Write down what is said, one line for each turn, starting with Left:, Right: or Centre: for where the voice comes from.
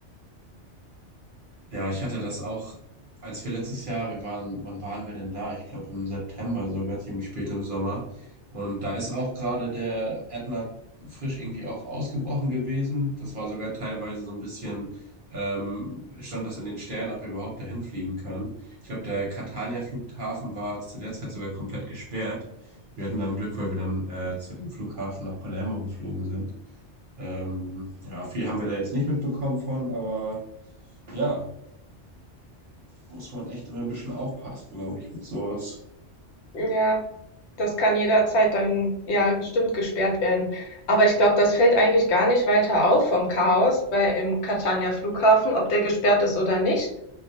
Right: Ja, ich hatte das auch, als wir letztes Jahr, wir waren, wann waren wir denn da? Ich glaube im September sogar, ziemlich spät im Sommer. Und da ist auch gerade der Ätna frisch irgendwie auch ausgebrochen gewesen. Das war sogar teilweise so ein bisschen, ähm, stand das in den Sternen, ob wir überhaupt dahin fliegen können. Ich glaube, der Catania-Flughafen war zu der Zeit sogar komplett gesperrt. Wir hatten dann Glück, weil wir dann äh, zu dem Flughafen nach Palermo geflogen sind. Ähm, ja, viel haben wir da jetzt nicht mitbekommen von, aber ja, muss man echt immer ein bisschen aufpassen, glaube ich, mit sowas.
Left: Ja, Das kann jederzeit dann, ja, bestimmt gesperrt werden. Aber ich glaube, das fällt eigentlich gar nicht weiter auf vom Chaos bei im Catania Flughafen, ob der gesperrt ist oder nicht,